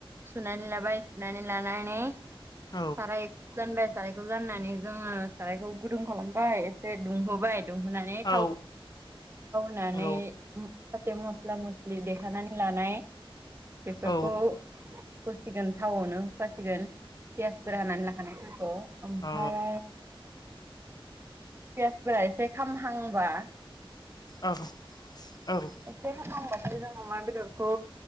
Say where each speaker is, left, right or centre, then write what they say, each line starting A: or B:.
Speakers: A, on the right; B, on the left.
A: सुनानै लाबाय सुनानै लानानै साराय
B: औ
A: जानबाय सारायखौ जाननानै जोङो सारायखौ गुदुं खालामबाय एसे दुंहोबाय दुंहोनानै <inaudible>
B: औ
A: नानै
B: औ
A: <unintelligible> मस्ला मस्लि देखानानै लानाय बेफोरखौ
B: औ
A: होसिगोन थावआवनो होफासिगोन पियासफोर हानानै लाखानायफोरखौ ओमफ्राय
B: औ
A: पियासफोरा एसे खामहांबा
B: औ औ।
A: एसे <unintelligible> जों अमा बेदरखौ